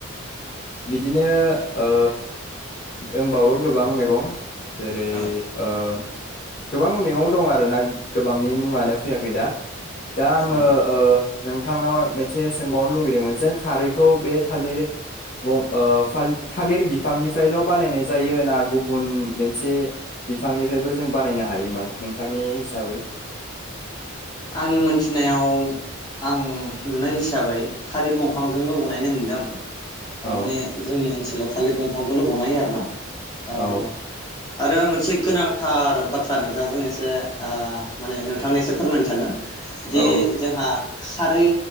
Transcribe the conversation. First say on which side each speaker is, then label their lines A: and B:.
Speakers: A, on the left; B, on the left.
A: बिदिनो ओ दोंबावो गोबां मेगं जेरै आ
B: औ
A: गोबां मेगं दं आरोना गोबांनि मुङानो फैयाखै दा। दा आंयो
B: औ
A: ओ नोंथांनाव मोनसे सोंबावनो लुुबैदोंमोन जों खारैखौ बे थालिर थालिर ब ओ फाल बिफांनिफ्रायल' बानायनाय जायो ना गुबुन मोनसे बिफांनिफ्रायबो जों बानायनो हायो माने? नोंथांनि हिसाबै।
B: आंनि मोनथिनायाव आं नुनाय हिसाबै थालिर गंफांजोंनो बनायनाय नुदों आं। आ
A: औ
B: माने जोंनि ओनसोलाव थालिर गंफांजोंल' बनायो आरो ना। अ
A: औ
B: आरो मोनसे गोनां थार बाथ्रा नोंथांजों एसे आ माने नोंथांनो एसे फोरमायनो सानदों। दि
A: औ
B: जोंहा खारै